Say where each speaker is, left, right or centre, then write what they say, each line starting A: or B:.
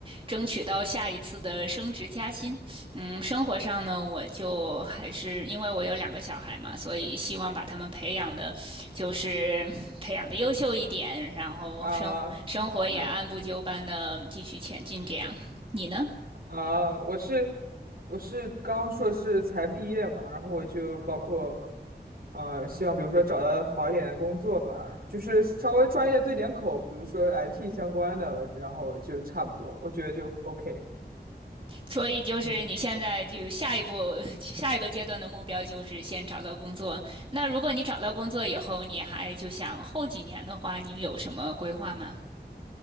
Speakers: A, on the right; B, on the right.
A: 争取到下一次的升职加薪。嗯，生活上呢，我就还是因为我有两个小孩嘛，所以希望把他们培养的，就是培养的优秀一点，然后生活生活也按部就班的继续前进。
B: 啊、<laughs>
A: 这样，你呢？
B: 啊，我是我是刚硕士才毕业嘛，然后我就包括，嗯、希望比如说找到好一点的工作吧，就是稍微专业对点口，比如说 IT 相关的，然后就差不多，我觉得就 OK。
A: 所以就是你现在就下一步下一个阶段的目标就是先找到工作。
B: 嗯
A: 那如果你找到工作以后，你还就想后几年的话，你有什么规划吗？